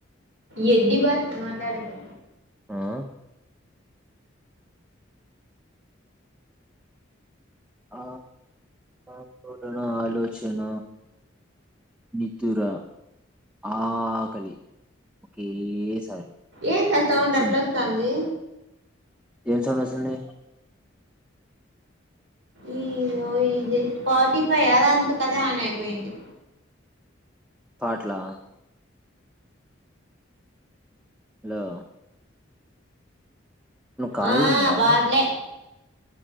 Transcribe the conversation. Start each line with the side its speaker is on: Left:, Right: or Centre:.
Right: ఏడ్డి బాషా మాట్లాడకు
Centre: ఆ ఆ ఆందోళన ఆలోచన నితుర ఆకలి ఒకేసారి
Right: ఏంది ఆ సౌండ్
Centre: చిన్
Right: అట్లోస్తాంది
Centre: ఏం సౌండ వస్తుంది
Right: ఇదో ఇది స్పాట్టిఫై అదా అంతకదే ఆన్ అయిపోయింది
Centre: పాట్లా హలో ఖాళీగా
Right: ఆ
Centre: ఉన్నావా
Right: పాట్లే